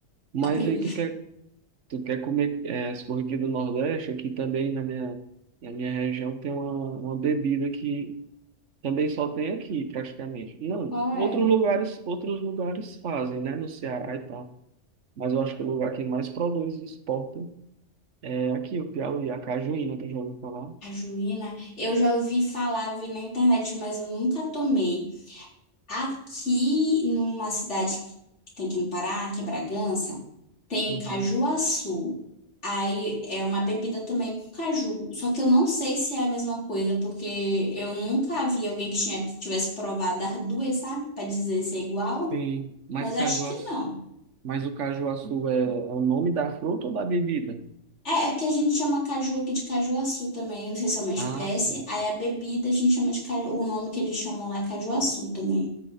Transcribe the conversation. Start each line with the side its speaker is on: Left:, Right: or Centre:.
Right: Mas
Left: A prim...
Right: aí tu quer, tu quer comer, é, se for aqui do Nordeste, aqui também na minha, na minha região tem uma, uma bebida que também só tem aqui, praticamente.
Left: <laughs>
Right: Não,
Left: Qual é?
Right: outros lugares, outros lugares fazem, né? No Ceará e tal. Mas eu acho que o lugar que mais produz e exporta é aqui, o Piauí, a cajuína, tu já ouviu falar?
Left: A juína. Eu já ouvi falar, vi na internet, mas eu nunca tomei. Aqui, numa cidade que tem aqui no Pará, que é Bragança, tem
Right: Uhum.
Left: o cajuaçu. Aí é uma bebida também com caju. Só que eu não sei se é a mesma coisa, porque eu nunca vi alguém que tinha, tivesse provado as duas, sabe? Pra dizer se é igual.
Right: Sim, mas
Left: Mas
Right: cajuaçu,
Left: eu acho que não.
Right: mas o cajuaçu é, é o nome da fruta ou da bebida?
Left: É, é porque a gente chama caju aqui de cajuaçu também. Eu não sei se é uma espécie.
Right: Ah, sim,
Left: Aí a bebida a gente chama de caju. O nome que eles chamam lá é cajuaçu também.